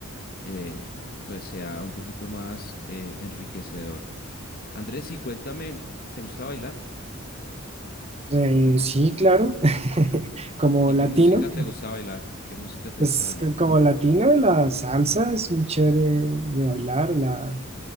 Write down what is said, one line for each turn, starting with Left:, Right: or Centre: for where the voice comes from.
Left: eh, pues sea un poquito más eh, enriquecedor. Andrés, y cuéntame, ¿te gusta bailar?
Right: Eh, sí, claro, <laughs> como
Left: ¿Y
Right: latino.
Left: qué música te gusta bailar? ¿Qué música te
Right: Pues
Left: gusta bailar?
Right: c- como latino, la salsa es muy chévere de bailar, la,